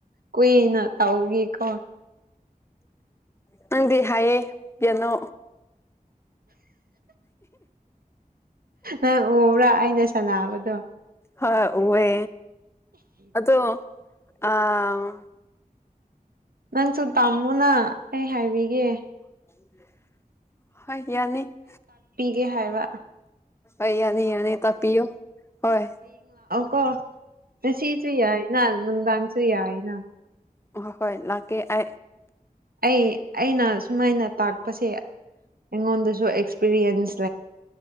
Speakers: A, on the right; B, on the left.
A: ꯀꯨꯏꯅ ꯇꯧꯒꯦꯀꯣ
B: ꯅꯪꯗꯤ ꯍꯥꯏꯌꯦ ꯌꯦꯅꯣ
A: ꯪ ꯎꯕ꯭ꯔꯥ ꯑꯩꯅ ꯁꯅꯥꯕꯗꯣ
B: ꯍꯣꯏ ꯎꯋꯦ ꯑꯗꯣ ꯑꯥ
A: ꯅꯪꯁꯨ ꯇꯥꯝꯃꯨꯅ ꯑꯩ ꯍꯥꯏꯕꯤꯒꯦ
B: <unintelligible> ꯍ ꯌꯥꯅꯤ
A: ꯒꯤ ꯍꯥꯏꯕ
B: ꯑꯅꯤ ꯌꯥꯅꯤ ꯇꯄꯤꯌꯑꯣ ꯍꯣꯏ
A: ꯀꯣ ꯑ ꯁꯤꯁꯨ ꯌꯥ ꯏ ꯅ ꯁꯤ ꯌꯥꯏꯅ
B: ꯑ ꯍꯣꯏ ꯂꯥꯛꯀꯦ ꯑ
A: ꯑꯩ ꯑꯩꯅ ꯁꯨꯃꯥꯏꯅ ꯇꯥꯛꯄꯁꯦ ꯑꯩꯉꯣꯟꯗꯁꯨ ꯑꯦꯛꯄꯤꯔꯤꯌꯦꯟꯁ